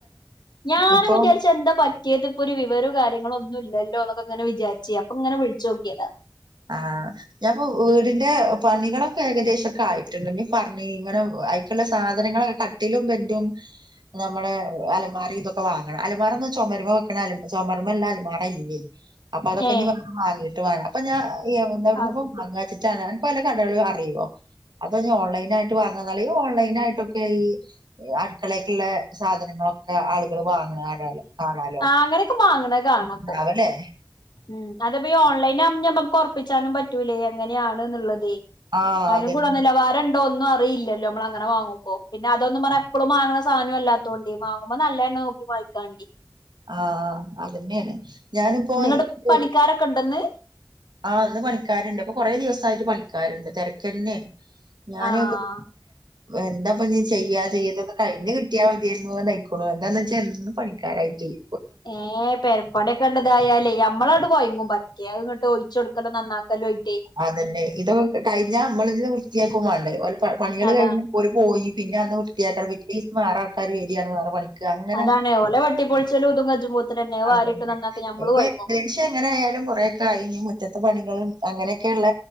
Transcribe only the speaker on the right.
ഇപ്പൊ
ആഹ ഞാപ്പൊ വീടിന്റെ പണികളൊക്കെ ഏകെദേശൊക്കെ ആയിട്ട്ണ്ട് ഞ്ഞ് പറഞ്ഞി ഇങ്ങനെ അയ്ക്ക്ള്ള സാധനങ്ങള് കട്ടിലും ബെഡും നമ്മള് അലമാറി ഇതൊക്കെ വാങ്ങണം അലമാറന്ന ചുമര്മ വെക്ക്ണ അല ചുമര്മള്ള അലമാറ ഇല്ലയ്‌ അപ്പ അതൊക്കെ
ഇഞ്ഞ് വാണം വാങ്ങിട്ട് വേണം അപ്പഞ്ഞ എവിട്ന്ന് എവിട്ന്നാ
വാങ്ങാച്ച്ട്ടാ അനക്ക് വെല്ല കടേളും അറിയോ അതൊഞ്ഞ് ഓൺലൈനായിട്ട് വാങ്ങാനല്ലത് ഈ ഓൺലൈനായിട്ടൊക്കെ ഈ അട്ക്കളേക്ക്ള്ളെ സാധനങ്ങൾ ഒക്കെ ആളുകള് വാങ്ങ്ണ് കാണാലോ കാണാലോ
ഉണ്ടാവല്ലേ
ആഹ്
അതന്നെ
ആഹ അതിന്നെയാണ് ഞാനിപ്പോ
ഇന്ക്ക്
ആഹ് ഇന്ന് പണിക്കാര്ണ്ട് ഇപ്പൊ കൊറെ ദിവസായിട്ട് പണിക്കാര്ണ്ട് തെര്ക്കെന്നേ ഞാന്
എന്തപൊ ഞ്ഞ് ചെയ്യാ ചെയ്തക്കെ കഴിഞ്ഞ് കിട്ടിയാൽ മതിയാ യിക്കുണു എന്താന്ന് വെച്ചാ എന്നും പണിക്കാരായിട്ടേയ്
അതന്നെ ഇതൊക്കെ കഴിഞ്ഞാ മ്മളെന്നേ വൃത്തിയാക്കും വണ്ടേ ഒലെ പണിയെള്
കഴിഞ്ഞ് ഒര് പോയി പിന്നെ അന്ന് വൃത്തിയാക്കണം പിറ്റേയിസം വേറെ ആൾക്കാര് വേരാണ് വേറെ പണി ക്ക് അങ്ങനെ
അതന്നെ
ഇപ്പേ
ഏകദേഷ്യം എങ്ങനായാലും കൊറേകായി മുറ്റത്തെ പണികളും അങ്ങനെയൊക്കെള്ള